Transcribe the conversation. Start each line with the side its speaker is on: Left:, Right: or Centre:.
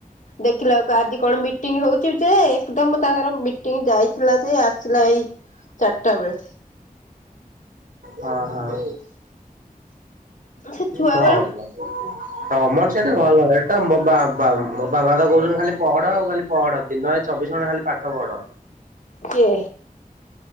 Left: ଦେଖିଲା ବକୁ ଆଜି କଣ ମିଟିଂ ହଉଛି ଯେ ଏକଦମ ତାଙ୍କର ମିଟିଂ ଯାଇଛି ଥିଲା ଯେ ଆସିଲା ଏଇ ଚାରିଟା ବେଳେ।
Right: ହଁ ହଁ।
Left: ସେ ଛୁଆ
Right: ଭଲ
Left: ବେଳୁ
Right: ତ ତମର ସେଠି ଭଲ ଏଇଟା ମୋ ବା ବାବ ମୋ ବାବା ତ କହୁଛନ୍ତି ଖାଲି ପଢ ଆଉ ଖାଲି ପଢ ଦିନରେ ଚବିଶ ଘଣ୍ଟା ଖାଲି ପାଠ ପଢ।
Left: କିଏ?